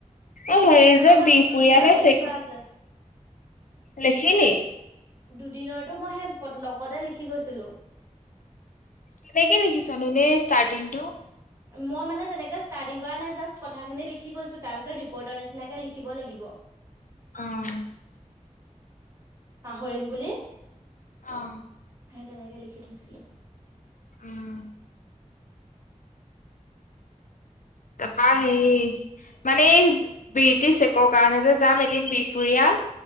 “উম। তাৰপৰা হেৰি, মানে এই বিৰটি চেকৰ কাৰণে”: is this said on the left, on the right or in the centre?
Left